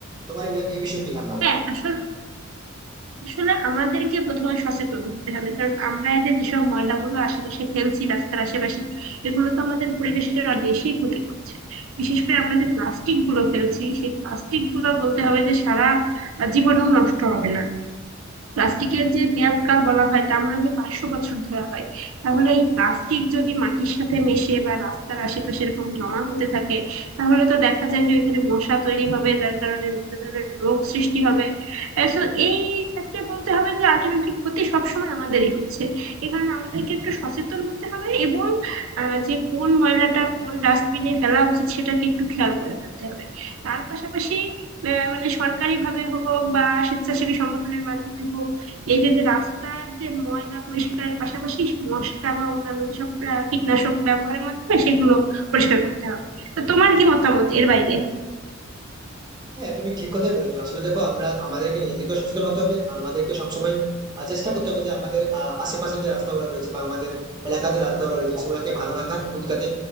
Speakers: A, on the right; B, on the right.
A: তোমার এই এই বিষয়ে কি ধারণা বলো?
B: হ্যাঁ আসলে আসলে আমাদেরকে প্রথমে সচেতন হতে হবে কারণ আমরা এই যে যেসব ময়লাগুলো আশেপাশে ফেলছি রাস্তার আশেপাশে এগুলো তো আমাদের পরিবেশের অনেক বেশি ক্ষতি করছে বিশেষ করে আমরা যে প্লাস্টিক গুলো ফেলছি সেই প্লাস্টিক গুলো বলতে হবে যে সারা জীবনেও নষ্ট হবে না প্লাস্টিকের যে মেয়াদকাল বলা হয় তা মনে হয় পাঁচশো বছর ধরা হয় তাহলে এই প্লাস্টিক যদি মাটির সাথে মেশে বা রাস্তার আশেপাশে এরকম জমা হতে থাকে তাহলে তো দেখা যায় যে ওইখানে মশা তৈরি হবে যার কারণে বিভিন্ন ধরনের রোগ সৃষ্টি হবে তো এই ক্ষেত্রে বলতে হবে যে আলটিমেটলি ক্ষতি সবসময় আমাদেরই হচ্ছে এ কারণে আমাদেরকে একটু সচেতন হতে হবে এবং আহ, যে কোন ময়লাটা কোন ডাস্টবিনে ফেলা উচিত সেটাকে একটু খেয়াল করে ফেলতে হবে তার পাশাপাশি আহ, মানে সরকারি ভাবে হোক বা স্বেচ্ছাসেবী সংগঠনের মাধ্যমে হোক এই যে যে রাস্তার যে ময়লা পরিষ্কারের পাশাপাশি মশা বা অন্যান্য যেসব আহ, কীটনাশক ব্যবহারের মাধ্যমে সেগুলো পরিষ্কার করতে হবে তো তোমার কি মতামত এর বাইরে
A: হ্যাঁ তুমি ঠিক কথাই বলেছো আসলে দেখো আমরা আমাদেরকে নিজেদেরকে সচেতন হতে হবে আমাদেরকে সবসময় আহ, চেষ্টা করতে হবে যে আমাদের আহ, আশেপাশে যে রাস্তাগুলো রয়েছে বা আমাদের এলাকার যে রাস্তাগুলো রয়েছে সেগুলোকে ভালো রাখার এবং তাতে